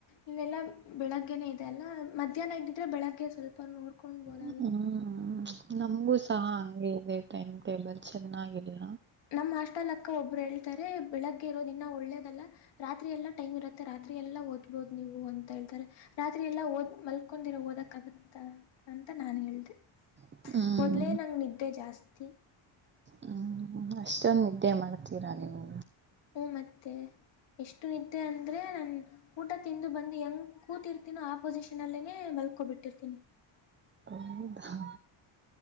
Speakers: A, on the left; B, on the right.
A: ಇಲ್ಲೆಲ್ಲಾ ಬೆಳಗ್ಗೆನೆೇ ಇದೆ ಅಲ್ಲ ಮಧ್ಯಾಹ್ನ ಇದ್ದಿದ್ರೆ ಬೆಳಗ್ಗೆ ಸ್ವಲ್ಪ ನೋಡ್ಕೊಂಡ್ಬೋದಾಗಿತ್ತು
B: ಹ್ಮ್ ನಮಗೂ ಸಹ ಹಂಗೆ ಇದೆ ಟೈಮ್ ಟೇಬಲ್ ಚೆನ್ನಾಗಿಲ್ಲ
A: ನಮ್ಮ್ ಅಸ್ಲ್ಕ್ಕ ಒಬ್ರು ಹೇಳ್ತಾರೆ ಬೆಳಗ್ಗೆ ಇರೋದ ಇನ್ನ ಒಳ್ಳೇದಲ್ಲ ರಾತ್ರಿ ಎಲ್ಲ ಟೈಮ್ ಇರುತ್ತೆ ರಾತ್ರಿಯಲ್ಲ ಓದ್ಬೋದು ನೀವು ಅಂತ ಹೇಳ್ತಾರೆ ರಾತ್ರಿ ಎಲ್ಲಾ ಓದ್ ಮಲ್ಕೊಂಡಿರ ಓದಕ್ ಆಗುತ್ತ ಅಂತ ನಾನು ಹೇಳಿದೆ
B: ಹ್ಮ್
A: ಮೊದಲೇ ನಂಗೆ ನಿದ್ದೆ ಜಾಸ್ತಿ
B: ಹ್ಮ್ ಅಷ್ಟೊನ್ ನಿದ್ದೆ ಮಾಡ್ತೀರಾ ನೀವು
A: ಹ್ಞ ಮತ್ತೆ ಎಷ್ಟು ನಿದ್ದೆ ಅಂದರೆೆ ನಾನ್ ಊಟ ತಿಂದು ಬಂದು ಹೆಂಗೆ ಕೂತಿರ್ತೀನೋ ಆಪೋಸಿಷನಲ್ಲೇನೆ ಮಲ್ಕೊಬಿಟ್ಟಿರ್ತೀನಿ
B: ಹೌಧಾ